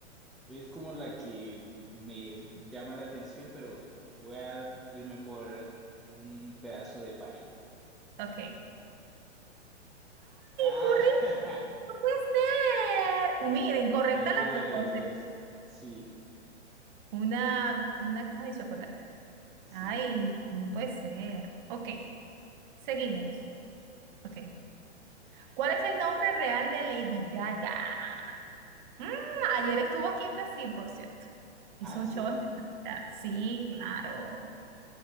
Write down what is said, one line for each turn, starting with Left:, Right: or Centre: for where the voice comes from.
Centre: es como la que me llama la atención, pero voy a irme por un pedazo de pay.
Right: Ok. ¡Ay,
Centre: Ah,
Right: correcto! ¡No puede ser! Mira, incorrecta
Centre: <laughs> ninguno
Right: las
Centre: de
Right: dos.
Centre: los
Right: se
Centre: dos. Sí,
Right: Una, una caja de chocolate.
Centre: sí.
Right: ¡Ay, no puede ser! Ok, seguimos. Ok. ¿Cuál es el nombre real de Lady Gaga? Mm, ayer estuvo aquí en Brasil, por cierto. Hizo
Centre: Ah,
Right: un
Centre: sí.
Right: show espectacular. Sí, claro.